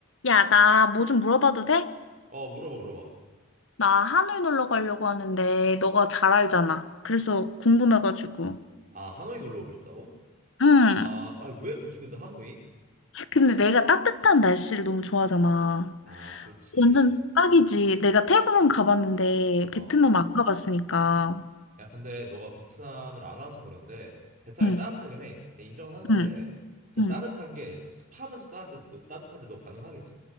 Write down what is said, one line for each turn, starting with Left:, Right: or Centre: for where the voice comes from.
Left: 야, 나 뭐 좀 물어봐도 돼?
Right: 어, 물어봐, 물어봐.
Left: 나 하노이 놀러 가려고 하는데 너가 잘 알잖아. 그래서 궁금해가지고.
Right: 아, 하노이 놀러 오고 싶다고?
Left: 응.
Right: 아, 아, 왜 굳이 근데 하노이?
Left: 근데 내가 따뜻한 날씨를 너무 좋아하잖아.
Right: 아, 그렇지.
Left: 완전 딱이지. 내가 태국은 가봤는데
Right: 어.
Left: 베트남 안 가봤으니까.
Right: 야, 근데 너가 베트남을 안 와서 그런데 베트남이
Left: 응,
Right: 따뜻하긴 해. 내 인정은 하는데
Left: 응,
Right: 그
Left: 응.
Right: 따뜻한 게 약간 습하면서 따뜻한데, 따뜻한데 너 가능하겠어?